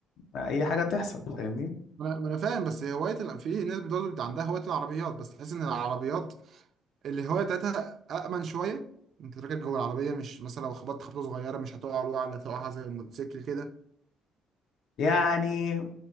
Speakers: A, on the left; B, on the right.
A: أي حاجة تحصل فاهمني
B: ما انا ما أنا فاهم بس هوايه ال- في ناس برضه بيبقى عندها هوايه العربيات بس تحس ان العربيات الهوايه بتاعتها امن شويه انت راكب جوه العربيه مش مثلا لو خبطت خبطه صغيره مش هتقع وقعه اللي هتقعها زي الموتوسيكل كده
A: يعني